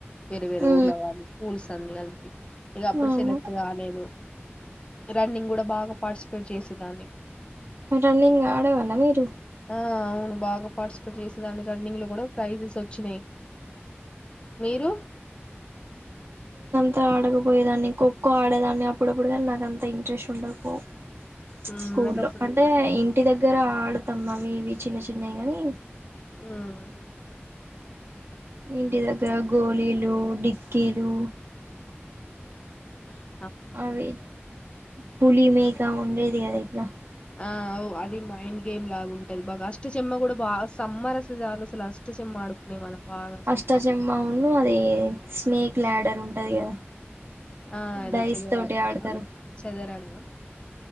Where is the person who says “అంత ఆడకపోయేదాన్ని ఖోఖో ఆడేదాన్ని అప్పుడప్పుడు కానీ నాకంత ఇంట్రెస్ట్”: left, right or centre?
Right